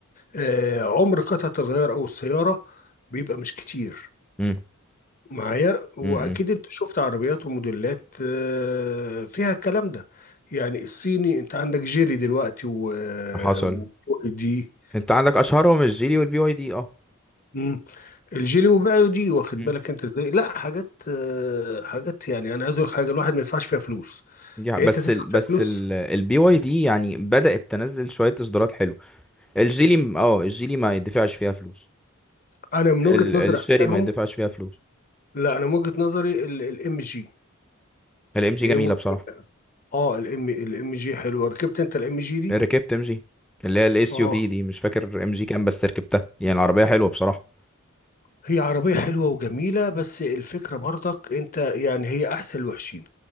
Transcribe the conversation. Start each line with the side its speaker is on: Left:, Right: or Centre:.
Left: آه عمر قطعه الغيار او السياره بيبقى مش كتير
Centre: امم
Left: معايا واكيد
Centre: امم امم.
Left: انت شفت عربيات وموديلات آه، فيها الكلام ده يعني الصيني انت عندك جيلي دلوقتي و
Centre: حصل
Left: و- دي
Centre: انت عندك اشهرهم الجيلي والبي واي دي اه
Left: مم. الجيلي وبيعوا دي واخد
Centre: امم.
Left: بالك انت ازاي لا حاجات آه، حاجات يعني انا عايز اقول لك حاجه الواحد ما يدفعش فيها فلوس
Centre: يا
Left: يعني
Centre: بس
Left: انت تدفع
Centre: ال بس
Left: فيها فلوس
Centre: ال البي واي دي يعني بدأت تنزل شوية اصدارات حلوة الجيلي م- اه الجيلي ما يدفعش فيها فلوس
Left: انا من
Centre: ال
Left: وجهه نظري
Centre: الشيري
Left: احسنهم
Centre: ما يدفعش فيها فلوس
Left: لا انا من وجهه نظري الام جي
Centre: الام جي
Left: ايه
Centre: جميلة
Left: هو
Centre: بصراحة
Left: اه الام الام جي حلوه ركبت انت الام جي دي
Centre: ركبت ام جي اللي هي الاس
Left: اه
Centre: يو في دي مش فاكر ام جي كام بس ركبتها يعني
Left: مم.
Centre: العربية حلوة بصراحة
Left: هي عربية حلوة وجميلة بس الفكرة برضك انت يعني هي احسن الوحشين